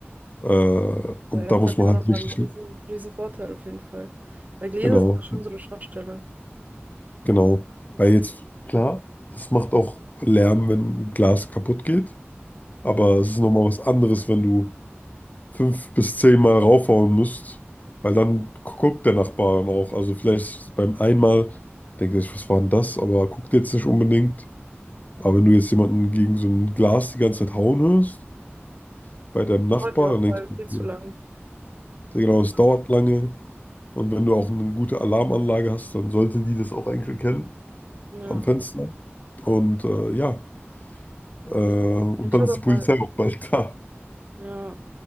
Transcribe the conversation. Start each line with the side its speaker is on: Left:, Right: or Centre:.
Left: Äh, und
Right: Ja,
Left: da
Right: das
Left: muss
Right: ist
Left: man
Right: ja auch
Left: halt
Right: nochmal
Left: richtig,
Right: ein riesen, riesen Vorteil auf jeden Fall. Weil Gläser
Left: genau,
Right: sind ja schon so eine Schwachstelle.
Left: genau.
Right: Das,
Left: Weil jetzt, klar, es macht auch Lärm, wenn Glas kaputt geht, aber
Right: ja,
Left: es ist nochmal was anderes, wenn du fünf bis zehn Mal raufhauen musst, weil dann guckt der Nachbar dann auch. Also vielleicht beim einmal denkt er sich, was war denn das? Aber guckt jetzt nicht unbedingt. Aber wenn du jetzt jemanden gegen so ein Glas die ganze Zeit hauen hörst, bei deinem Nachbar,
Right: dauert ja auch
Left: dann denkst
Right: mal
Left: du,
Right: viel
Left: okay,
Right: zu lang.
Left: sehr genau,
Right: So.
Left: es dauert lange. Und wenn du auch eine gute Alarmanlage hast, dann sollte die das auch eigentlich erkennen
Right: Ja.
Left: am Fenster. Und äh, ja, äh, und
Right: Ich hatte, ich
Left: dann
Right: hatte
Left: ist
Right: auch
Left: die Polizei
Right: mal,
Left: auch bald <laughs> da.
Right: ja,